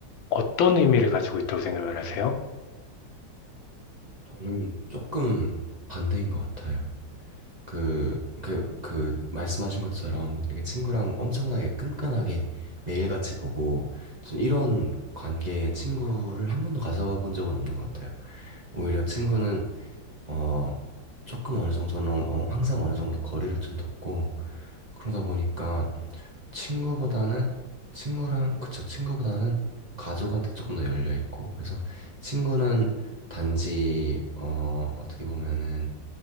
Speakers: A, on the left; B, on the right.
A: 어떤 의미를 가지고 있다고 생각을 하세요?
B: 저는 조금 반대인 것 같아요. 그, 그, 그, 말씀하신 것처럼, 이렇게 친구랑 엄청나게 끈끈하게 매일같이 보고, 전 이런 관계의 친구를 한 번도 가져본 적은 없는 것 같아요. 오히려 친구는, 어, 조금 어느 정도는, 어, 항상 어느 정도 거리를 좀 뒀고, 그러다 보니까 친구보다는, 친구랑, 그쵸, 친구보다는 가족한테 조금 더 열려있고, 그래서 친구는 단지, 어, 어떻게 보면은,